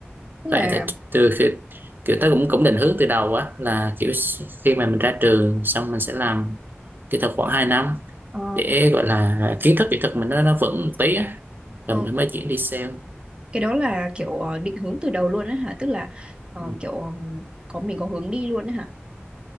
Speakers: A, on the right; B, on the right.
A: tức
B: tại
A: là
B: tại từ khi kiểu tớ cũng cũng định hướng từ đầu á là kiểu s- khi mà mình ra trường xong mình sẽ làm kỹ thuật khoảng 2 năm
A: ờ,
B: để gọi là kiến thức kỹ thuật mình nó nó vững một tí á rồi
A: ờ,
B: mình mới chuyển đi sale
A: cái đó là kiểu ờ, định hướng từ đầu luôn á hả tức là ờ,
B: Ừ.
A: kiểu ờ, có mình có hướng đi luôn á hả